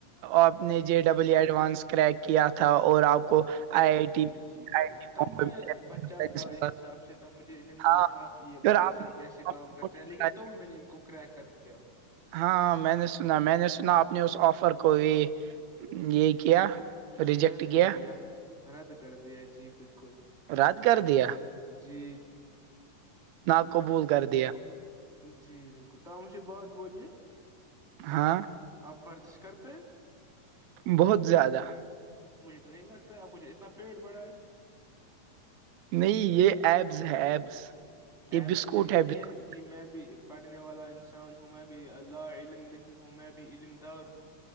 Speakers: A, on the right; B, in the centre.
A: آپ نے جے ڈبلو ایڈوانس کریک کیا تھا اور آپ کو آئی آئی
B: جی
A: ٹی آئی
B: جی بالکل
A: آئی ٹی
B: تب
A: بامبے
B: میں
A: میں
B: بچہ تھا ایک حساب سے تب مجھے علم نہیں
A: ہاں
B: تھا کہ یہ
A: پھر
B: بھائی
A: آپ
B: ایگزام
A: نے،
B: کیسے کام کرتا ہے لیکن تب میں نے ان کو کریک کر دیا
A: ہاں میں نے سنا میں نے سنا آپ نے اس آفر کو کوئی
B: جی
A: یہ
B: جی
A: کیا
B: میں نے
A: ریجیکٹ
B: رد کر
A: کیا
B: دیا رد کر دیا جی بالکل
A: رد کر دیا
B: جی
A: نہا قبول کرتے
B: تو جی بالکل تاہ مش بعات بولیے
A: ہاں
B: آپ ورزش کرتے ہیں
A: بہت زیادہ
B: مجھے تو نہیں لگتا اب کجھ اتنا پیڑ بڑا ہے
A: نہیں یہ ایبز ہے
B: جی
A: ایبس یہ
B: ایبس
A: بسکٹ
B: تو نہیں
A: ہے بسکٹ
B: جی میں بھی پڑھنے والا انسان ہوں میں بھی لا علم نہیں ہوں میں بھی علم دار ہوں